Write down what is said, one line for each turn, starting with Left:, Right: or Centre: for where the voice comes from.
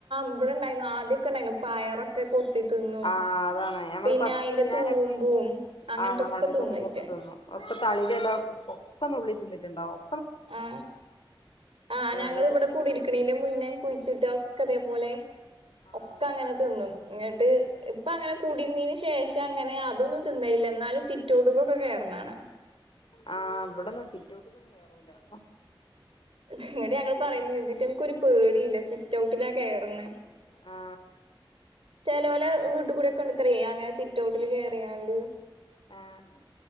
Right: ഇബ്ടണ്ടായിനു ആദ്യൊക്കെ ഇണ്ടായിനു പയറൊക്കെ കൊത്തി തിന്നും
Left: ആ അതാണ് ഞമ്മള്
Right: പിന്നെ
Left: പച്ചക്കറി
Right: അയിന്റെ
Left: ഞാന്
Right: തൂമ്പും
Left: പ്പ
Right: അങ്ങനത്തൊക്കെ
Left: ആ അതാണ്
Right: തിന്നേറ്റെ
Left: തുമ്പൊക്കെ തിന്നും ഇപ്പ തളിരെല ഒക്ക നുള്ളി തിന്ന്ട്ട്ണ്ടാവും
Right: ആ ആ ഞങ്ങള്വ്ടെ
Left: ഇവിടെ
Right: കുടിര്ക്ക്നെന്റെ മുന്നെ കുഴിച്ചിട്ടൊ ക്കതെ പോലെ
Left: ആഹ്
Right: ഒക്ക അങ്ങനെ തിന്നും ഇങ്ങട്ട് ഇപ്പ അങ്ങനെ കൂടിര്ന്നെന് ശേഷം അങ്ങനെ അതൊന്നും തിന്നയില്ല എന്നാലും സിറ്റോട്ട്ക്കൊ ക്കെ കേറ്ണാണ
Left: ആ ഇവിടെന്നാ സിറ്റൗട്ട്ക്കെന്നും കേറൂല.
Right: ഇങ്ങട്ട് ഞങ്ങള് പറഞ്ഞ്
Left: ആഹ്
Right: ഇതിറ്റെൻക്കൊര് പേ ഇല്ല സിറ്റൗട്ട്ലാ കേറ്ണെ.
Left: ആ
Right: ചേലോലെ വീട്ട്കൂടെക്കെണ്ട്ത്രെ അങ്ങനെ സിറ്റൗട്ട്ല് കേറിയാണ്ട്
Left: ആഹ്